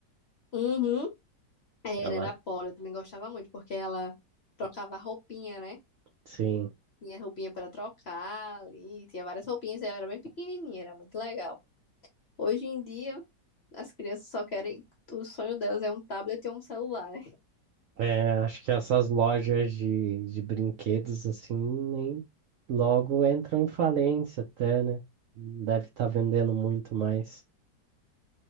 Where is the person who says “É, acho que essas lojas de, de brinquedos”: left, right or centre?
Right